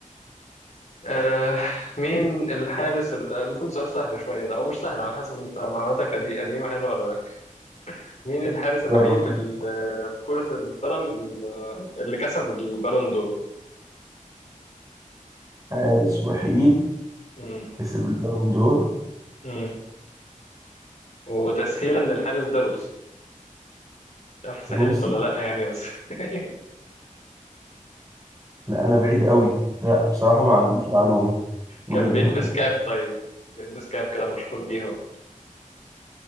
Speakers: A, on the left; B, on the right.
A: آه مين الحارس اللي- المفروض سؤال سهل شوية ده أو مش سهل على حسب أنت معلوماتك قدي- قديمة حلوة ولا لأ مين الحارس الوحيد
B: جرب كده
A: اللي في كرة القدم اللي اللي كسب البالون دور
B: حارس وحيد
A: مم.
B: كسب البالون دور
A: مم. وتسهيلا الحارس ده روسي مش عارف سهلت
B: روسي
A: ولا لأ يعني بس <laughs>
B: لا انا بعيد قوي لا بصراحة ما عنديش معلومة بجد
A: كان بيلبس كاب طيب بيلبس كاب كده مشهور بيه